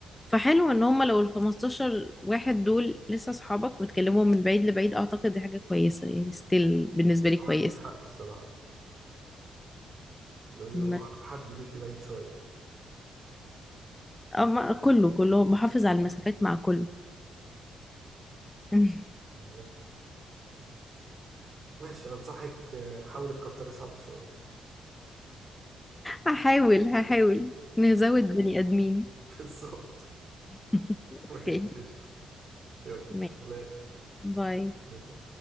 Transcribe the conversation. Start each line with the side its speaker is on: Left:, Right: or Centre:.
Left: فحلو ان هم لو ال 15 واحد دول لسه اصحابك وتكلمهم من بعيد لبعيد اعتقد دي حاجه كويسه يعني ستيل بالنسبه لي كويسه
Right: عندك حق الصراحة لازم
Left: ما-
Right: يبقى أقرب حد ليكي بعيد شوية
Left: أما كله كله بحافظ على المسافات مع كله <laughs>
Right: بالظبط ماشي أنصحك آه، حاولي تكتري أصحابك شوية
Left: هحاول هحاول نزود بني ادمين
Right: <laughs> بالظبط
Left: <laughs>
Right: ماشي
Left: اوكي
Right: قشطة. يلا
Left: ماشي.
Right: سلام
Left: باي
Right: باي باي.